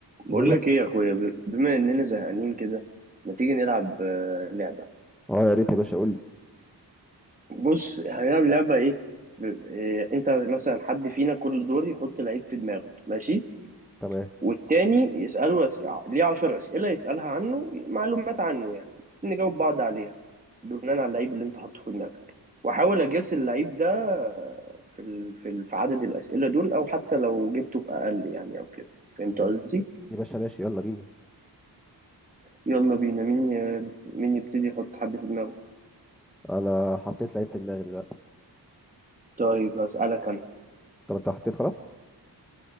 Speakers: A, on the right; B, in the centre.
A: بقول
B: بقول
A: لك
B: لك
A: ايه يا اخويا ب- بما اننا زهقانين كده ما تيجي نلعب آه، لعبه
B: اه يا ريت يا باشا قول لي
A: بص هنلعب لعبه ايه ب- آه، انت مثلا حد فينا كل دور يحط لعيب في دماغه ماشي
B: تمام
A: والتاني يساله أس... ليه 10 اسئله يسالها عنه معلومات عنه يعني نجاوب بعض عليها بناء على اللعيب اللي انت حاطه في دماغك واحاول اجاس اللعيب ده آه، في ال... في ال... في عدد الاسئله دول او حتى لو جبته في اقل يعني او كده فهمت
B: يا
A: قصدي
B: يا باشا ماشي يلا بينا
A: يلا بينا مين ي... مين يبتدي يحط حد في دماغه
B: انا حطيت لعيب في دماغي دلوقتي
A: طيب هسألك أنا
B: طب انت حطيت خلاص